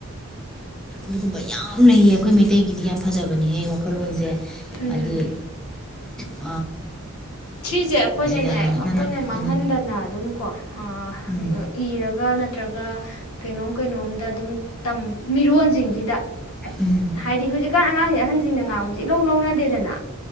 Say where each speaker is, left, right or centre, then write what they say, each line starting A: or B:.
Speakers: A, in the centre; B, on the left.
A: ꯑꯗꯨꯒꯨꯝꯕ ꯌꯥꯝ ꯂꯩꯌꯦ ꯑꯩꯈꯣꯏ ꯃꯩꯇꯩꯒꯤꯗꯤ ꯌꯥꯝ ꯐꯖꯕꯅꯤꯍꯦ ꯋꯥꯈꯜꯂꯣꯟꯁꯦ
B: ꯎꯝ
A: ꯑꯗꯤ ꯎꯝ
B: ꯁꯤꯁꯦ ꯑꯩꯈꯣꯏꯅꯅꯦ
A: ꯌꯥꯝꯅ
B: ꯑꯩꯈꯣꯏꯅ
A: ꯅꯛꯅꯅ
B: ꯃꯥꯡꯍꯟꯗꯅ
A: ꯎꯝ
B: ꯑꯗꯨꯝ ꯀꯣ ꯍꯥ
A: ꯎꯝ
B: ꯏꯔꯒ ꯅꯠ ꯅꯠꯇ꯭ꯔꯒ ꯀꯩꯅꯣꯝ ꯀꯩꯅꯣꯝꯗ ꯑꯗꯨꯝ ꯇꯝ ꯃꯤꯔꯣꯟꯁꯤꯡꯁꯤꯗ
A: ꯎꯝ
B: ꯍꯥꯏꯗꯤ ꯍꯨꯖꯤꯛ ꯀꯥꯟ ꯑꯉꯥꯡꯁꯦ ꯑꯍꯟꯁꯤꯡꯅ ꯉꯥꯡꯕꯁꯦ ꯏꯂꯧ ꯂꯧꯅꯗꯦꯗꯅ